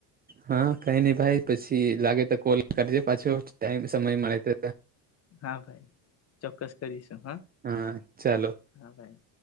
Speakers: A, on the right; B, on the left.
A: હા, કઈ નહીં ભાઈ પછી લાગે તો કોલ કરજે પાછો. ટાઈમ સમય મળે તો.
B: હા ભાઈ ચોક્કસ કરીશું
A: હા, ચાલો.
B: હા ભાઈ